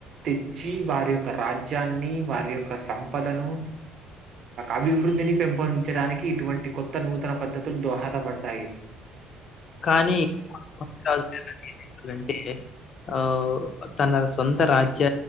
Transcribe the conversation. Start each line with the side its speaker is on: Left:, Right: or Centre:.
Right: తెచ్చి వారి యొక్క రాజ్యాన్ని, వారి యొక్క సంపదను అభివృద్ధిని పెంపొందించడానికి ఇటువంటి కొత్త నూతన పద్ధతులు దోహ పడ్డాయి.
Left: కానీ <unintelligible> ఆ తన సొంత రాజ్య